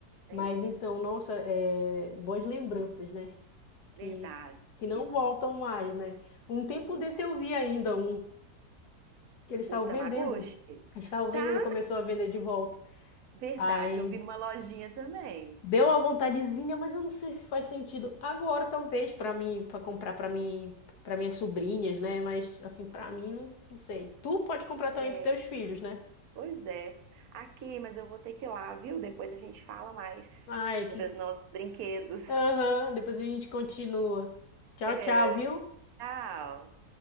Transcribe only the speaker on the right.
é
verdade,
Pena.
Não
volta.
O Tamagotchi?
Tá,
Verdade,
eu vi numa lojinha também.
É,
pois é. Aqui, mas eu vou ter que ir lá, viu? Depois a gente fala mais
sobre
os nossos
brinquedos.
É,
tchau.